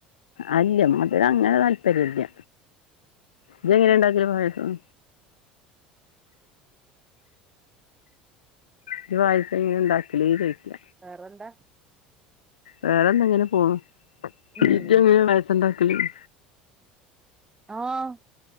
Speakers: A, on the left; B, on the right.
A: അല്ല മധുരങ്ങനെ താല്പര്യല്ല ഇജങ്ങനെ ഉണ്ടാക്കല് പായസം ഇജ് പായസം എങ്ങനെ ഉണ്ടാക്കല് ചോയ്ക്ക
B: വേറെന്താ
A: വേറെ എന്ത ഇങ്ങനെ പോണു
B: ഉം
A: ഇജ് എങ്ങനെ ഇണ്ടാക്കണ്ടെ ഉം
B: ആഹ്